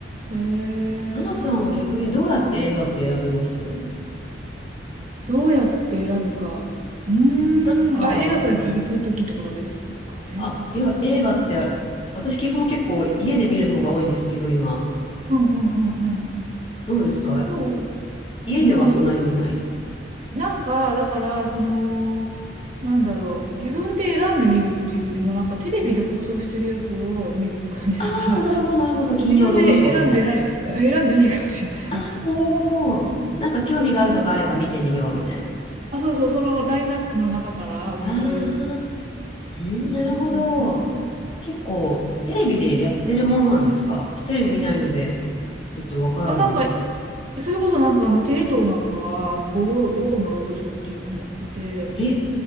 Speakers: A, on the right; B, on the left.
A: ええ
B: 花さんは逆にどうやって映画って選びます
A: どうやって選ぶか。うーん、
B: なんか、
A: あ、映画館に行くときってことですかね。
B: あ、いや、映画ってあ私基本結構家で見る方が多いんですけど、今。
A: うんうんうんうん。
B: どうですか
A: そう。
B: 家ではそんなに見ない
A: なんか見る、なんか、だから、その、なんだろう、自分で選んでみるっていうよりも、なんかテレビで放送してるやつを見る感じだから、
B: ああ、なるほど、なるほど。金曜ロードショーみたいな。
A: 自分で選んでない、選んでないかもしれない、あんまり。
B: なるほど。なんか興味があるのがあれば見てみようみたいな。
A: そう。あ、そうそう、そのラインナップの中から面白いやつ。
B: ああ、うん、なるほど。
A: そうそうそう。
B: 結構テレビでやってるものなんですか私テレビ見ないので、ちょっとわからないんですけど。
A: あ、なんか、それこそなんかあの、テレ東なんかは、あの、午後、午後の労働省っていうのをやってて、
B: え